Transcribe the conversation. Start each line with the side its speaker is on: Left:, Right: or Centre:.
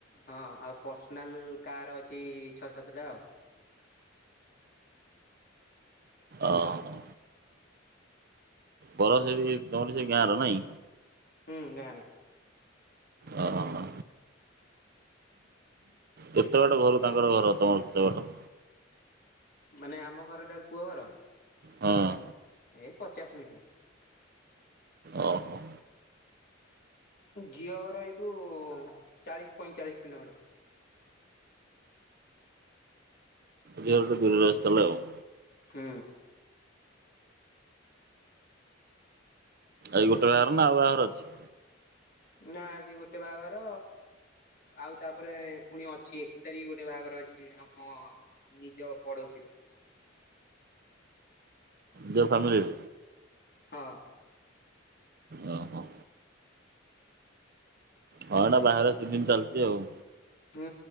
Left: ହଁ। ଆଉ ପର୍ସନାଲ୍ କାର୍ ଅଛି ଛଅ ସାତଟା ଆଉ।
Right: ଓହୋ। ବର ସେଇ ତମର ସେଇ ଗାଁ ର ନାଇଁ?
Left: ହୁଁ ଗାରେ।
Right: ଓ ହ ହ‌ କେତେ ବାଟ ଘରୁ ତାଙ୍କର ଘର ତମର କେତେ ବାଟ।
Left: ମାନେ ଆମ ଘରଠାରୁ ପୁଅ ଘର।
Right: ହଁ।
Left: ଏଇ ପଚାଶ ମିଟର।
Right: ଓହୋ
Left: ଝିଅ ଘର ଏଇଠୁ ଚାଳିଶ ପଇଁଚାଳିଶ କିଲୋମିଟର।
Right: ଝିଅ ଘରଠାରୁ ଦୂରେରେ ଆସଥିଲା ଆଉ।
Left: ହୁଁ।
Right: ଏଇ ଗୋଟେ ବାହାଘର ନା ଆଉ ବାହାଘର ଅଛି?
Left: ନା ସେ ଗୋଟେ ବାହାଘର ଆଉ ତାପରେ ପୁଣି ଅଛି ଏକ ତାରିଖ ଗୋଟେ ବାହାଘର ଅଛି ଆମ ନିଜ ପଡୋଶୀର।
Right: ଯୋଉ ଫାମିଲିରେ
Left: ହଁ।
Right: ଅ ହ। ହଁ ଏଇନା ବାହାଘର ସିଜିନ ଚାଲିଛି ଆଉ।
Left: ହୁଁ